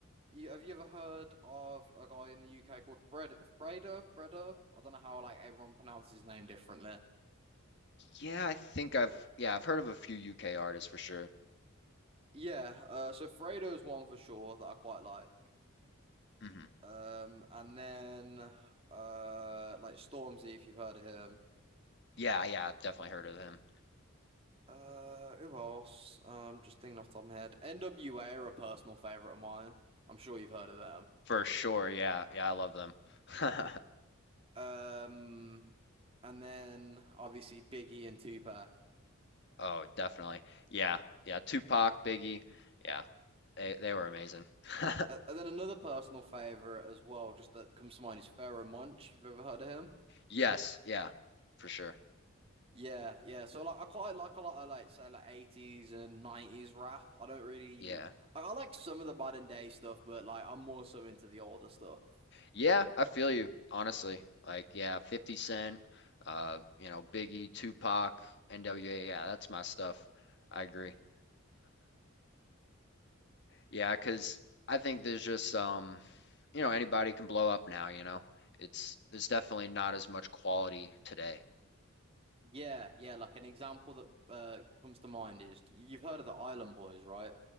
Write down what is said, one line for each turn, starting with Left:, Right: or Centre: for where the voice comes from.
Right: you, have you ever heard of a guy in the UK called Fred Fredo? Fredo? I don't know how like everyone pronounces his name differently.
Left: Yeah, I think I've yeah, I've heard of a few UK artists for sure.
Right: Yeah, uh, so Fredo's one for sure that I quite like.
Left: hmm
Right: Um, and then uh, like Stormzy, if you've heard of him.
Left: Yeah, yeah, I've definitely heard of them.
Right: Uh, who else? Um, just thinking off the top of my head. NWA are a personal favorite of mine. I'm sure you've heard of them.
Left: For sure. Yeah. Yeah, I love them. <laughs>
Right: Um, and then obviously Biggie and Tupac.
Left: Oh, definitely. Yeah. Yeah. Tupac, Biggie. Yeah. They they were amazing. <laughs>
Right: And and then another personal favorite as well, just that comes to mind is Pharoah Monch. You've ever heard of him?
Left: Yes. Yeah. For sure.
Right: Yeah, yeah. So like, I quite like a lot of like say like eighties and nineties rap. I don't really,
Left: Yeah.
Right: I, I like some of the modern day stuff, but like I'm more so into the older stuff.
Left: Yeah, I feel you, honestly. Like, yeah, 50 Cent, uh, you know, Biggie, Tupac, NWA. Yeah, that's my stuff. I agree. <laughs> Yeah, 'cause I think there's just um, you know, anybody can blow up now, you know. It's there's definitely not as much quality today.
Right: Yeah, yeah. Like an example that uh comes to mind is you've heard of the Island Boys, right?